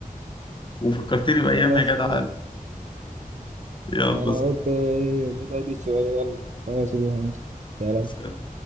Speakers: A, on the left; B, on the right.
A: وفكرتني بايام
B: خلاص
A: يا جدع
B: تمام
A: يلا
B: انا قلت ندردش شويه يلا خلاص روح ماشي سلام
A: سلام